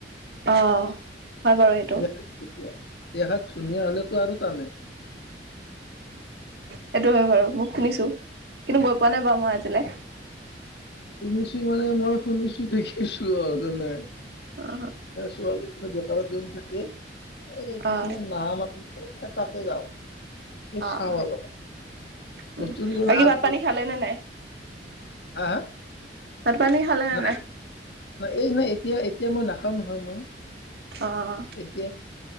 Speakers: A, on the right; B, on the left.
A: অ হয় বাৰু সেইটো
B: দেখাত ধুনীয়া দেখাত ধুনীয়া হলেতো আৰু তানে
A: সেইটো হয় বাৰু মই শুনিছো কিন্তু গৈ পোৱা নাই বাৰু মই আজিলে
B: শুনিছো মানে মই শুনিছো দেখিছো আৰু জানে
A: অ'
B: ছোৱালীবোৰে দোকানত যদি থাকে এই কিছুমান
A: অ'
B: নাহা মানুহ তাতে যাও
A: অ'
B: চাউ অলবা
A: উম,
B: বস্তুটো
A: বাকী
B: আগ
A: ভাত পানী খালে নে নাই
B: হা <unintelligible>
A: ভাত পানী খালে নে
B: নাই এই মানে এতিয়া এতিয়া মই নাখাওঁ নহয় মই
A: অ'
B: এতিয়া